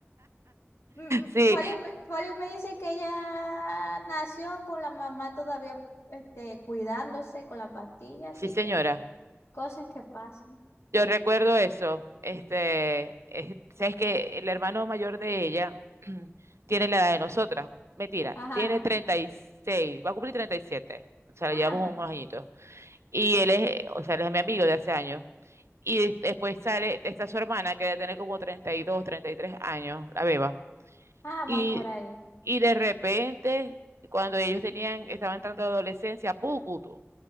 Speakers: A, on the left; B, on the right.
A: Mm, mm,
B: <laughs> Sí,
A: Folly, me Folly me dice que ella nació con la mamá todavía este, cuidándose con la pastilla, así
B: sí, señora.
A: que cosas que pasan.
B: Yo recuerdo eso. Este, es- sabes que el hermano mayor de ella <clears throat> tiene la edad de nosotras. Mentira,
A: Ajá,
B: tiene 36. va a cumplir 37. O sea, le
A: ajá,
B: llevamos unos añitos. Y él es, o sea, él es mi amigo de hace años. Y des- después sale, está su hermana que debe tener como treinta treinta y dos, treinta y tres años, la beba.
A: ah,
B: Y,
A: van por ahí.
B: y de repente, cuando ellos tenían, estaban entrando a la adolescencia, ¡pucutu!